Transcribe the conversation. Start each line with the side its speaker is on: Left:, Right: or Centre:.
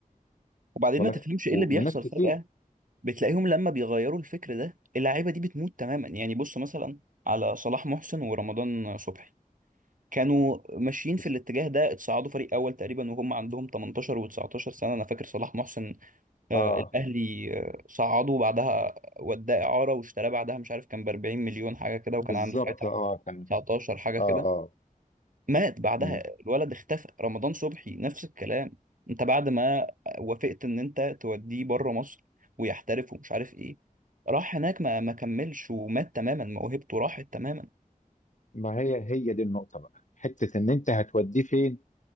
Right: وبعدين
Left: وصل
Right: ما
Left: لك
Right: تفهمش ايه
Left: و-
Right: اللي بيحصل
Left: وناس كتير
Right: فجأة بتلاقيهم لما بيغيروا الفكر ده اللعيبة دي بتموت تماما يعني بص مثلا على صلاح محسن ورمضان صبحي كانوا ماشيين في
Left: بس
Right: الاتجاه ده اتصعدوا فريق اول تقريبا وهم عندهم 18 و19 سنة انا فاكر صلاح محسن
Left: اه
Right: آه الاهلي آه صعده وبعدها وداه اعارة واشتراه بعدها مش عارف كان ب 40 مليون حاجة كده وكان
Left: بالظبط
Right: عنده ساعتها
Left: اه كان
Right: 19 حاجة
Left: اه
Right: كده
Left: اه
Right: مات بعدها
Left: مم.
Right: الولد اختفى رمضان صبحي نفس الكلام انت بعد ما وافقت ان انت توديه بره مصر ويحترف ومش عارف ايه راح هناك ما ما كملش ومات تماما موهبته راحت تماما
Left: ما هي هي دي النقطه بقى حته ان انت هتوديه فين